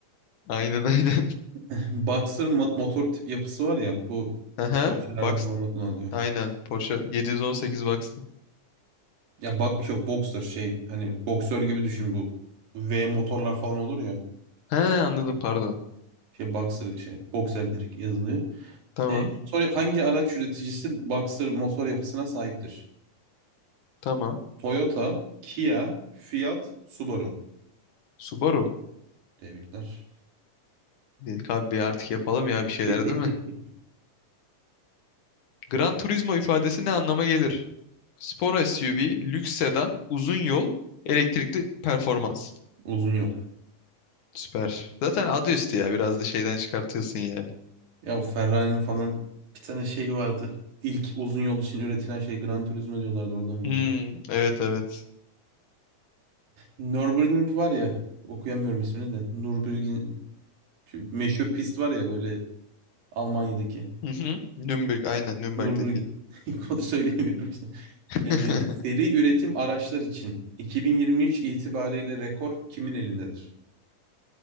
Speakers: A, on the left (about 65°); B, on the right (about 85°).
A: <laughs> Aynen aynen.
B: <laughs> Boxer mo- motor tip yapısı var ya bu
A: <laughs> Aha.
B: boksörlerde
A: Box.
B: falan da kullanılıyor.
A: Aynen. Porsche 718 Box'tı.
B: Ya bak yok boxer şey hani boksör gibi düşün bu V motorlar falan olur ya.
A: He anladım pardon.
B: Şey boxer şey boxer direkt yazılıyor.
A: Tamam.
B: E, motor, hangi araç üreticisi boxer motor yapısına sahiptir?
A: Tamam.
B: Toyota, Kia, Fiat, Subaru.
A: Subaru.
B: Tebrikler.
A: Dedik abi bir artık yapalım ya bir şeyler
B: <laughs>
A: değil mi? Gran Turismo ifadesi ne anlama gelir? Spor SUV, lüks sedan, uzun yol, elektrikli performans.
B: Uzun yol.
A: Süper. Zaten adı üstü ya. Biraz da şeyden çıkartıyorsun yani.
B: Ya o Ferrari'nin falan bir tane şey vardı. İlk uzun yol için üretilen şey Gran Turismo diyorlardı oradan
A: Hmm,
B: biliyorum.
A: evet evet.
B: Nürburgring var ya okuyamıyorum ismini de. Nürburgring şu meşhur pist var ya böyle Almanya'daki.
A: Hı hı. Nürnberg aynen Nürnberg'deki.
B: Nürburgring <laughs> onu söyleyemiyorum işte.
A: <laughs>
B: Ee, seri üretim araçlar için 2023 itibariyle rekor kimin elindedir?